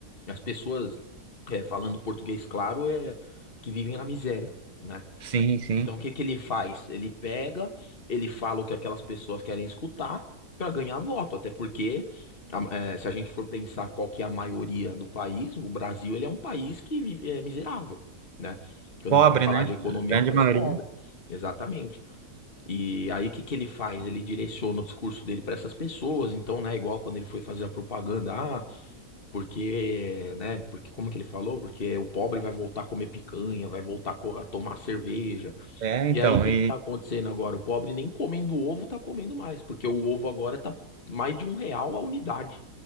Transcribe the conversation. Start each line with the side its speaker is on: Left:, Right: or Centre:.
Left: as pessoas é, falando português claro é que vivem na miséria. né?
Right: Sim, sim.
Left: Então, o que que ele faz? Ele pega, ele fala o que aquelas pessoas querem escutar para ganhar voto, até porque a- eh, se a gente for pensar qual que é a maioria do país, o Brasil ele é um país que vive, é miserável, né? Quando
Right: Pobre,
Left: a gente vai falar
Right: né?
Left: de economia,
Right: A grande
Left: é um país
Right: maioria.
Left: pobre, exatamente. E aí o que que ele faz? Ele direciona o discurso dele para essas pessoas, então, né, igual quando ele foi fazer a propaganda, ah, porque, né, porque como que ele falou? Porque o pobre vai voltar a comer picanha, vai voltar a co- a tomar cerveja.
Right: É,
Left: E
Right: então,
Left: aí, o que
Right: e
Left: que tá acontecendo agora? O pobre nem comendo ovo tá comendo mais, porque o ovo agora tá mais de um real a unidade,